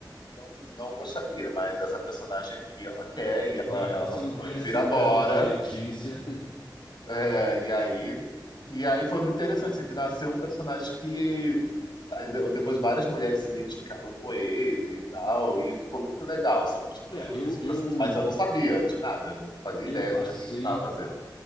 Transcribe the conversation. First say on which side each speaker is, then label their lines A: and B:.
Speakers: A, on the left (about 65°); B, on the left (about 85°).
A: não, não gostaria, mas essa personagem aqui, ela quer e ela,
B: É,
A: ela
B: você
A: não
B: não conhece
A: quer. Eu prefiro
B: nada
A: agora.
B: de Letícia.
A: É, e aí. E aí foi muito interessante, assim, que nasceu um personagem que. aí de- Depois várias mulheres se identificaram com ele e tal, e ficou muito legal, sabe? Tipo,
B: É, eu,
A: esse
B: eu,
A: processo. Mas eu não sabia de nada, não fazia
B: eu
A: ideia
B: passei,
A: de o que que eu tava fazendo.